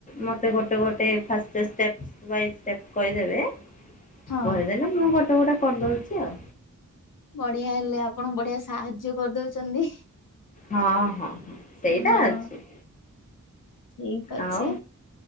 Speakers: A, on the left (about 25°); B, on the left (about 80°).
A: ମୋତେ ଗୋଟେ ଗୋଟେ ଫାଷ୍ଟ ଷ୍ଟେପ୍ ବାଇ ଷ୍ଟେପ୍ କହିଦେବେ
B: ହଁ
A: କହି ଦେଲେ ମୁଁ ଗୋଟେ ଗୋଟେ କରିଦେଉଛି ଆଉ।
B: ବଢିଆ ହେଲେ ଆପଣ ବଢିଆ ସାହାଯ୍ୟ କରିଦଉଛନ୍ତି।
A: ହଁ ହଁ ହଁ ସେଇଟା
B: ହଁ
A: ଅଛି।
B: ହଁ ଠିକ ଅଛି।
A: ଆଉ